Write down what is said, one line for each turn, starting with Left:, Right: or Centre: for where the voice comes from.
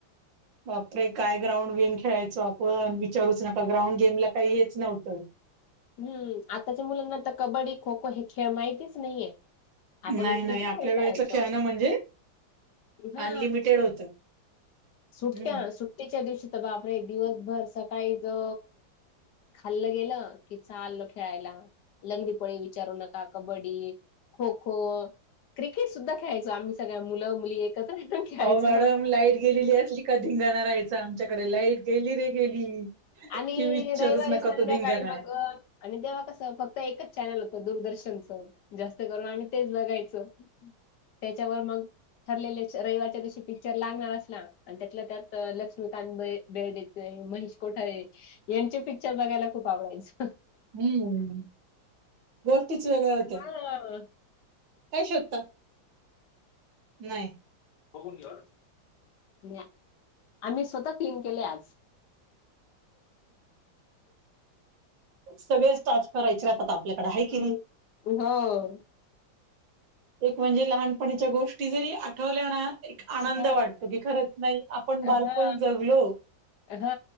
Right: बापरे काय ग्राउंड गेम खेळायचो आपण विचारूच नका ग्राउंड गेम ला काही हेच नव्हतं.
Left: हम्म आताच्या मुलांना तर कबड्डी खो खो हे खेळ माहितीच नाहीये. आपण
Right: नाही
Left: किती
Right: नाही
Left: खेळ
Right: आपल्या
Left: खेळायचो
Right: वेळेच खेळणं म्हणजे
Left: हा
Right: अनलिमिटेड होतं.
Left: सुट्ट्या
Right: हम्म
Left: सु तीच्या दिवशी तर बाप रे दिवसभर सकाळी ज खाल्लं गेलं कि चालल खेळायला लंगडीपोळी विचारू नका कबड्डी खो खो, क्रिकेट सुद्ध खेळायचो आम्ही सगळ्या मुलं मुली एकत्र खेळायचो.
Right: अहो मॅडम लाईट गेलेली असली का धिंगाणा राहायच आमच्या कडे लाईट गेली रे गेली
Left: आणि
Right: की विचारूच
Left: रविवारी
Right: नका
Left: संध्याकाळी
Right: तो धिंगाणा
Left: मग अ, आणि तेव्हा कसं फक्त एकच चॅनल होतं दूरदर्शनचं. जास्त करून आम्ही तेच बघायचो त्याच्यावर मग ठरलेले रविवारच्या दिवशी पिक्चर लागणार असला आणि त्यातला त्यात ल रक्ष्मीकांत बेळ देत महेश कोठार यांचे पिक्चर बघायला खूप आवडायचं.
Right: हम्म गोष्टीच वेगळ्या होत्या
Left: हा
Right: काय शोधता नाही
Left: होघून घर <unintelligible> <inaudible> नाही आम्ही स्वतः क्लीन केले आज.
Right: सगळे स्टार्च करायचे राहतात. आपल्याकडे आहे
Left: हं.
Right: की नाही.
Left: हो
Right: एक म्हणजे लहानपणीच्या गोष्टी जरी आठवल्या ना, एक आनंद
Left: हा
Right: वाटतो की खरंच नाही आपण बालपण
Left: हा
Right: जगलो.
Left: हा